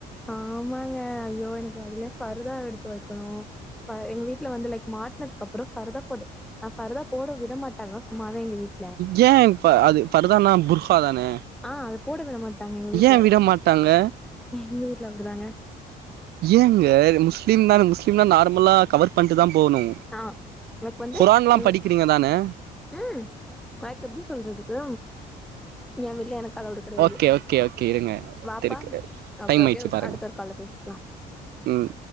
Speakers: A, in the centre; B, on the right (about 70°).
A: ஆமாங்க ஐயோ எனக்கு அதுலே ஃபருதாவ எடுத்து வெக்கணு ப்ப எங்க வீட்ல வந்து லைக் மாட்னதுக் அப்றோ ஃபருதாப் போடு நா ஃபருதா போட விடமாட்டாங்க சும்மாவே எங்க வீட்
B: ஏ ஃப அது ஃபர்தானா ஃபுர்ஹா தானே
A: ஆ அத போட விட மாட்டாங்க எங்க வீட்ல
B: ஏ விட மாட்டாங்க
A: எங்க வீட்ல அப்டிதாங்க
B: ஏங்க முஸ்லீம்தான முஸ்லீம்லா நார்மலா கவர் பண்ட்டுதாம் போவுணு
A: ஆ லைக் வந்து
B: குரான்லா
A: எங்க
B: படிக்றீங்கதானே
A: ம் லைக் எப்டி சொல்றதுக்கு எ வீட்ல எனக் கலவுடு கெடையாது
B: ஓகே ஓகே ஓகே இருங்க
A: வாப்பா
B: இருக்கு
A: ஒகே
B: டைம்
A: ஒகே
B: ஆயிடுச்சு பாருங்க
A: அடுத்த ஒரு கால்ல பேசிக்லா
B: ம்